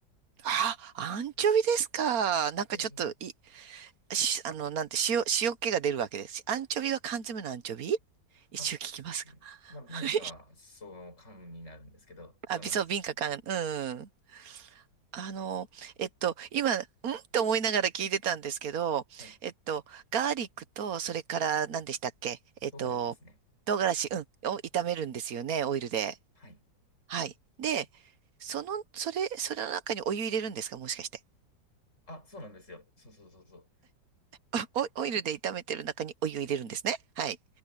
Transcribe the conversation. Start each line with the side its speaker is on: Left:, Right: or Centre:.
Right: あ、アンチョビですか。なんかちょっと、
Left: そうそうそう
Right: い、し、あの、なんて、塩、塩気が出るわけです。アンチョビは缶詰のアンチョビ一応聞きますか。
Left: あ、そうですね。
Right: <laughs>
Left: まあ、瓶か、
Right: はい
Left: その缶になるんですけど、そうなんです。
Right: あ、びそう、敏感かん、うん。あの、えっと、今、んって思いながら聞いてたんですけど、
Left: はい。
Right: えっと、ガーリックと、それから何でしたっけえっと、
Left: 唐辛子ですね。
Right: 唐辛子、うん、を炒めるんですよね、オイルで。
Left: はい。
Right: はい。で、その、それ、それの中にお湯入れるんですかもしかして。
Left: あ、そうなんですよ。そうそうそうそう。
Right: <laughs> オイ、オイルで炒めてる中にお湯入れるんですね。はい。